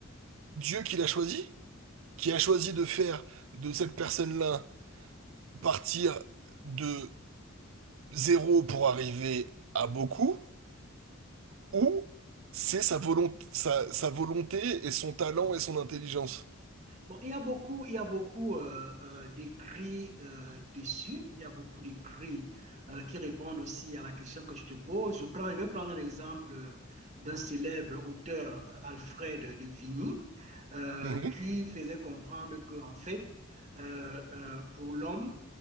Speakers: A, on the right; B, on the right.
A: Dieu qui l'a choisi? Qui a choisi de faire de cette personne-là partir de zéro pour arriver à beaucoup? ou c'est sa volonté, sa, sa volonté et son talent et son intelligence.
B: Bon, il y a beaucoup, il y a beaucoup euh, euh, d'écrits euh, dessus. Il y a beaucoup d'écrits euh, qui répondent aussi à la question que tu te poses. Je prends, je vais prendre un exemple euh, d'un célèbre auteur, euh, Alfred de Vigny, euh,
A: Mhm,
B: qui faisait comprendre que, en fait, euh, euh, pour l'homme,